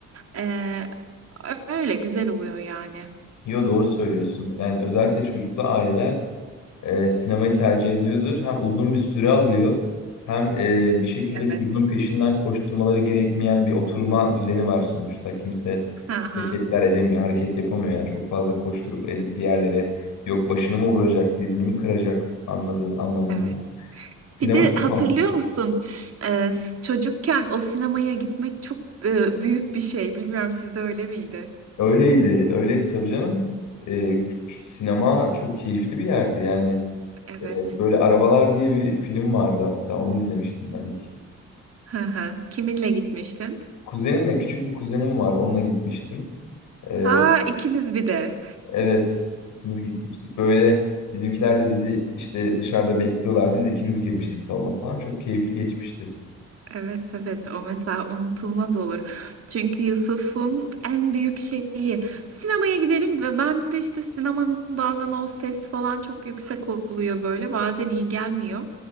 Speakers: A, on the right (about 55°); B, on the left (about 80°).
A: E, öyle güzel oluyor yani.
B: Yo doğru söylüyorsun. Yani özellikle çocuklu aileler e, sinemayı tercih ediyordur. Hem uzun bir süre alıyor hem e, bir şekilde
A: Evet.
B: çocuğun peşinden koşturmaları gerekmeyen bir oturma düzeni var sonuçta. Kimse
A: Aha,
B: hareketler edemiyor, hareket yapamıyor. Yani çok fazla koşturup edip bir yerlere yok başını mı vuracak, dizini mi kıracak anladığı anlamında.
A: evet.
B: Sinema
A: Bir de
B: çok
A: hatırlıyor
B: mantıklı.
A: musun? E, çocukken o sinemaya gitmek çok e, büyük bir şey. Bilmiyorum sizde öyle miydi?
B: Öyleydi, öyleydi tabii canım. E, sinema çok keyifli bir yerdi yani.
A: Evet.
B: E, Böyle Arabalar diye bir film vardı hatta onu izlemiştim ben ilk.
A: Hı hı. Kiminle gitmiştin?
B: Kuzenimle küçük bir kuzenim var. Onunla gitmiştim. Ee,
A: Ha, ikiniz bir de.
B: evet, ikimiz gitmiştik. Böyle bizimkiler de bizi işte dışarıda bekliyorlardı. Biz ikimiz girmiştik salona falan. Çok keyifli geçmişti.
A: Evet evet o mesela unutulmaz olur. Çünkü Yusuf'un en büyük şeyi sinemaya gidelim ve ben de işte sinemanın bazen o ses falan çok yüksek oluyor böyle bazen iyi gelmiyor.